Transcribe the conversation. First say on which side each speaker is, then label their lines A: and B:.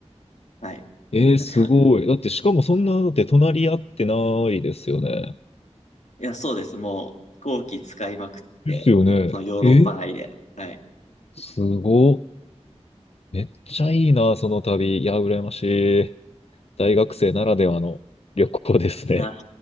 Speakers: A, on the left; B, on the left.
A: はい。
B: えー、
A: <laughs>
B: すごい。だって、しかもそんな、だって隣り合ってないですよね。
A: いや、そうです。もう飛行機使いまくって、
B: ですよね。
A: そのヨーロッパ内で。
B: え
A: はい。
B: すごっ。めっちゃいいな、その旅。いや、羨ましい。大学生ならではの旅行ですね。
A: いや、